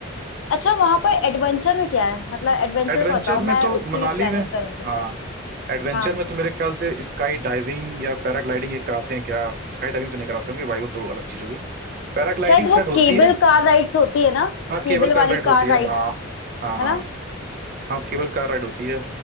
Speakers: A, on the left (about 65°); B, on the right (about 45°).
A: अच्छा वहां पर एडवेंचर में क्या है मतलब एडवेंचर
B: एडवेंचर
A: को बताओ
B: में
A: मैं
B: तो
A: उसकी
B: मनाली
A: भी प्लानिंग
B: में
A: करूंगी
B: हाँ एडवेंचर
A: हाँ
B: में तो मेरे ख्याल से स्काई डाइविंग या पैराग्लाइडिंग ये कराते हैं क्या स्काई डाइविंग तो नहीं कराते होंगे भाई वो तो अलग चीज होगी पैराग्लाइडिंग
A: शायद
B: शायद
A: वो
B: होती
A: केबल
B: है
A: कार राइड्स होती है ना
B: हाँ
A: केबल
B: केबल कार
A: वाली
B: राइड
A: कार
B: होती है
A: राइड्स
B: हाँ हाँ
A: है ना
B: हाँ हाँ केबल कार राइड होती है